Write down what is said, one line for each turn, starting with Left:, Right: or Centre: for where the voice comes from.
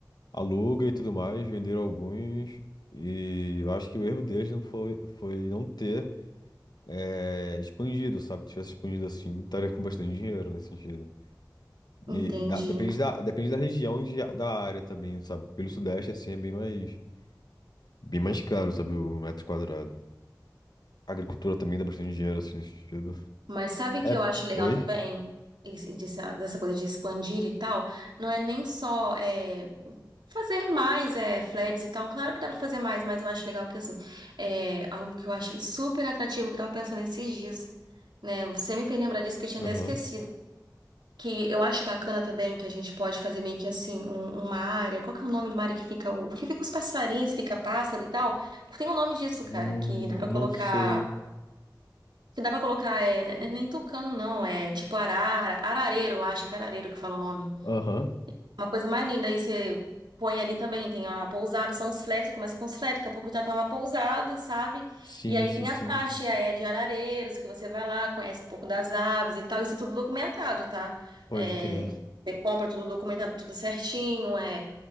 Left: aluga e tudo mais, venderam alguns. E eu acho que o erro deles não foi, foi não ter eh, expandido, sabe? Se tivesse expandido assim, estaria com bastante dinheiro nesse sentido. E
Right: entendi.
Left: da- depende da, depende da região de, da área também, sabe? Pelo Sudeste, assim, é bem mais, bem mais caro, sabe? O metro quadrado. A agricultura também dá bastante dinheiro, assim, nesse sentido.
Right: Mas sabe que
Left: É,
Right: eu acho legal
Left: oi?
Right: também Esse- dessa dessa coisa de expandir e tal? Não é nem só é, fazer mais é, flats e tal. Claro que dá pra fazer mais, mas eu acho legal que assim, é algo que eu achei super atrativo que eu tava pensando esses dias, né? Você me fez lembrar disso que eu tinha
Left: Aham.
Right: até esquecido. Que eu acho bacana também que a gente pode fazer meio que assim, um- uma área. Qual que é o nome de uma área que fica o que fica os passarinhos, fica pássaro e tal? Tem um nome disso,
Left: Hum,
Right: cara, que dá pra
Left: não
Right: colocar.
Left: sei.
Right: Que dá pra colocar, é, ne- nem tucano, não. É tipo arara, arareiro, eu acho que é arareiro que fala o nome.
Left: Aham.
Right: Uma coisa mais linda, aí você põe ali também, tem a pousada, são os flags, você começa com os flags, daqui a pouco já tá uma pousada, sabe?
Left: Sim,
Right: E aí
Left: sim,
Right: tem a
Left: sim.
Right: faixa é, de arareiros, que você vai lá, conhece um pouco das aves e tal, isso tudo documentado, tá?
Left: Pode
Right: É,
Left: crer.
Right: você compra tudo documentado, tudo certinho, é,